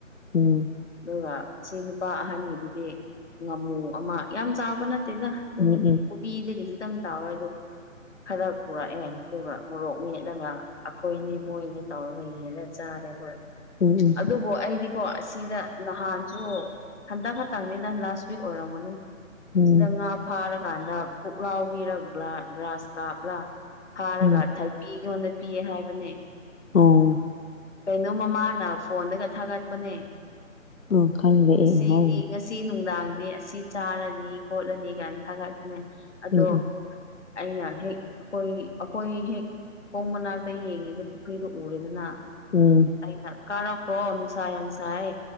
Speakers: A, on the left; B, on the left.
A: ꯎꯝ
B: ꯑꯗꯨꯒ ꯁꯤ ꯅꯨꯄꯥ ꯑꯍꯟꯒꯤꯗꯨꯗꯤ ꯉꯥꯃꯨ ꯑꯃ ꯌꯥꯝ ꯆꯥꯎꯕ ꯅꯠꯇꯦꯗ ꯑꯗꯨꯝ
A: ꯎꯝ ꯎꯝ
B: ꯀꯣꯕꯤꯗꯒꯤꯁꯨꯇꯪ ꯇꯥꯎꯋꯦ ꯑꯗꯣ ꯈꯔ ꯄꯨꯔꯛꯑꯦ ꯑꯗꯨꯒ ꯃꯣꯔꯣꯛ ꯃꯦꯠꯂꯒ ꯑꯩꯈꯣꯏꯅꯤ ꯃꯣꯏꯅꯦ ꯇꯧꯔꯒ ꯌꯦꯜꯂ ꯆꯥꯔꯦ ꯍꯣꯏ
A: ꯎꯝ ꯎꯝ
B: ꯑꯗꯨ ꯑꯣ ꯑꯩꯗꯤꯀꯣ ꯑꯁꯤꯗ ꯅꯍꯥꯟꯁꯨ ꯍꯟꯗꯛ ꯈꯛꯇꯪꯅꯤꯅ ꯂꯥꯁ ꯋꯤꯛ ꯑꯣꯏꯔꯝꯒꯅꯤ
A: ꯎꯝ
B: ꯁꯤꯗ ꯉꯥ ꯐꯥꯔꯀꯥꯟꯗ ꯄꯨꯛꯂꯥꯎꯕꯤꯔ ꯒ꯭ꯔꯥꯁ ꯀꯥꯞꯂꯥ ꯐꯥꯔꯒ
A: ꯎꯝ
B: ꯊꯥꯏꯄꯤ ꯑꯩꯉꯣꯟꯗ ꯄꯤꯌꯦ ꯍꯥꯏꯕꯅꯦ
A: ꯑꯣ
B: ꯀꯩꯅꯣ ꯃꯃꯥꯅ ꯐꯣꯟꯗꯒ ꯊꯥꯒꯠꯄꯅꯦ
A: ꯑ ꯈꯪꯗꯦ ꯑꯩ
B: ꯉꯁꯤꯗꯤ
A: ꯎꯍꯧꯗꯦ
B: ꯉꯁꯤ ꯑꯁꯤ ꯅꯨꯡꯗꯥꯡꯗꯤ ꯑꯁꯤ ꯆꯥꯔꯅꯤ ꯈꯣꯠꯂꯅꯤ ꯀꯥꯏꯅ ꯊꯥꯒꯠꯄꯅꯦ ꯑꯗꯣ
A: ꯎꯝ ꯎꯝ
B: ꯑꯩꯅ ꯍꯦꯛ ꯑꯩꯈꯣꯏ ꯑꯩꯈꯣꯏ ꯍꯦꯛ ꯄꯣꯡ ꯃꯅꯥꯛꯇ ꯌꯦꯡꯉꯤꯗ ꯄꯨꯈ꯭ꯔꯤꯗꯨ ꯎꯔꯦꯗꯅ
A: ꯎꯝ
B: ꯑꯩꯅ ꯀꯥꯔꯛꯄ꯭ꯔꯣ ꯅꯨꯡꯁꯥ ꯌꯥꯝ ꯁꯥꯏ